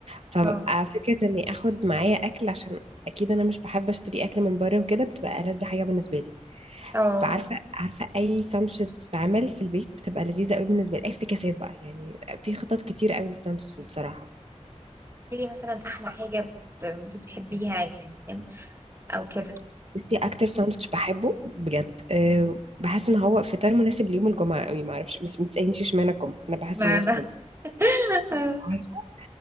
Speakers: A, on the right; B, on the right.
A: فببقى
B: اه
A: فكره اني اخد معايا اكل عشان اكيد انا مش بحب اشتري اكل من بره وكده بتبقى ألذ حاجه بالنسبه لي
B: اه
A: فعارفه عارفه اي ساندوتشز بتتعمل في البيت بتبقى لذيذه قوي بالنسبه لي اي افتكاسات بقى يعني في خطط كتير قوي للساندوتشز بصراحه
B: قولي لي مثلا احلى حاجة بت... بتحبيها يعني او كده
A: بصي اكتر ساندوتش بحبه بجد أه بحس ان هو فطار مناسب ليوم الجمعه قوي ما اعرفش بس ما تسالنيش اشمعنى الجمعه انا بحسه
B: معنى
A: مناسب للجمعه
B: تمام
A: عارفه